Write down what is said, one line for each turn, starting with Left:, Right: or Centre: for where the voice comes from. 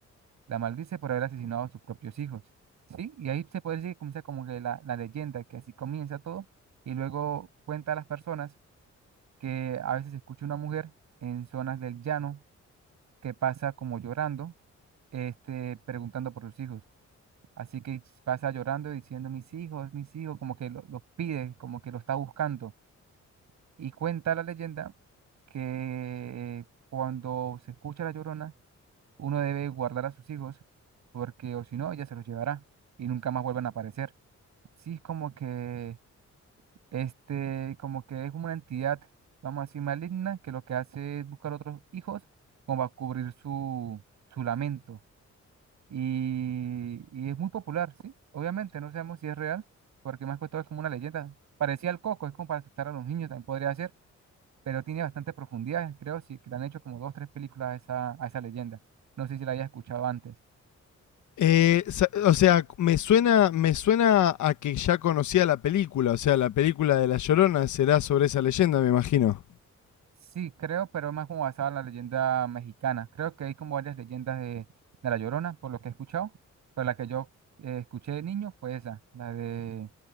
Right: La maldice por haber asesinado a sus propios hijos. ¿Sí? Y ahí se puede decir que comienza como que la, la leyenda, que así comienza todo. Y luego cuenta a las personas que a veces se escucha una mujer en zonas del llano que pasa como llorando, este, preguntando por sus hijos. Así que pasa llorando diciendo, mis hijos, mis hijos, como que lo- los pide, como que lo está buscando. Y cuenta la leyenda que cuando se escucha la llorona, uno debe guardar a sus hijos, porque o si no, ella se los llevará y nunca más vuelven a aparecer. Sí, es como que, este, como que es como una entidad, vamos a decir, maligna, que lo que hace es buscar otros hijos como a cubrir su, su lamento y, y es muy popular, ¿sí? Obviamente, no sabemos si es real, porque más que todo es como una leyenda. Parecía el Coco, es como para asustar a los niños, también podría ser, pero tiene bastante profundidad, creo, sí, que le han hecho como dos, tres películas a esa, a esa leyenda. No sé si la había escuchado antes.
Left: Eh, sa- o sea, me suena, me suena a que ya conocía la película, o sea, la película de La Llorona será sobre esa leyenda, me imagino.
Right: Sí, creo, pero más como basada en la leyenda mexicana. Creo que hay como varias leyendas de, de La Llorona, por lo que he escuchado, pero la que yo eh, escuché de niño fue esa, la de,